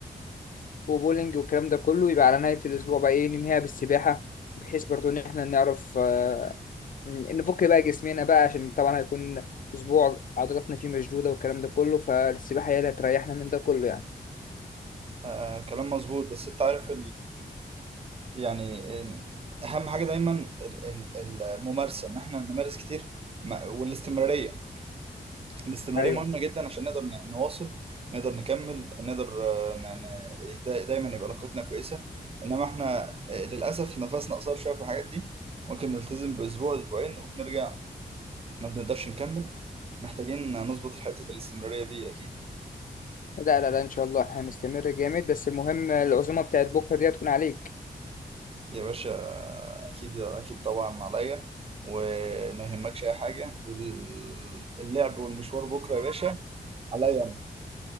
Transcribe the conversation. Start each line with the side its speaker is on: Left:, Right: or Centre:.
Left: وبولينج والكلام ده كله يبقى على نهاية الاسبوع بقى ايه ننهيها بالسباحة بحيث برضو ان احنا نعرف آه، نفك بقى جسمنا بقى عشان طبعا هيكون اسبوع عضلاتنا فيه مشدودة والكلام ده كله فالسباحة هي اللي هتريحنا من ده كله يعني
Right: آه، كلام مظبوط بس انت عارف يعني اهم حاجه دايما ال- ال- الممارسه ان احنا نمارس كتير ما- والاستمراريه الاستمراريه
Left: ايوه
Right: مهمه جدا عشان نقدر ن- نواصل نقدر نكمل نقدر آه، ن- ن- دا- دايما يبقى علاقتنا كويسه انما احنا آه، للاسف نفسنا قصير شويه في الحاجات دي ممكن نلتزم باسبوع اسبوعين وبنرجع ما بنقدرش نكمل محتاجين نظبط حته الاستمراريه دي اكيد
Left: لا لا لا ان شاء الله هنستمر جامد بس المهم العزومة بتاعت بكرة دي هتكون عليك
Right: يا باشا اكيد اكيد طبعا عليا وما يهمكش اي حاجه واللعب والمشوار بكره يا باشا عليا انا